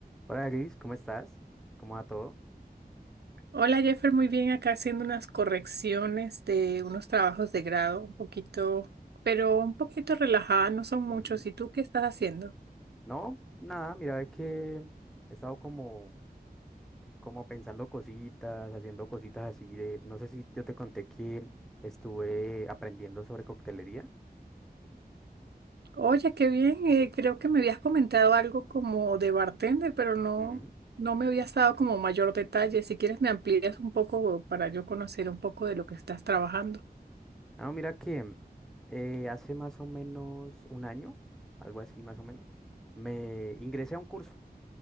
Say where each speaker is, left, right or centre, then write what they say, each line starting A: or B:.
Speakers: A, in the centre; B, on the right.
A: Hola Gris, ¿cómo estás? ¿Cómo va todo?
B: Hola Jeffer, muy bien, acá haciendo unas correcciones de unos trabajos de grado, un poquito, pero un poquito relajada, no son muchos.
A: Ujú.
B: ¿Y tú qué estás haciendo?
A: No, nada, mira que he estado como, como pensando cositas, haciendo cositas así de, no sé si yo te conté que estuve aprendiendo sobre coctelería.
B: Oye, qué bien, eh, creo que me habías comentado algo como de bartender, pero no,
A: Ujú.
B: no me habías dado como mayor detalle. Si quieres me amplías un poco para yo conocer un poco de lo que estás trabajando.
A: Ah, no, mira que eh, hace más o menos un año, algo así más o menos, me ingresé a un curso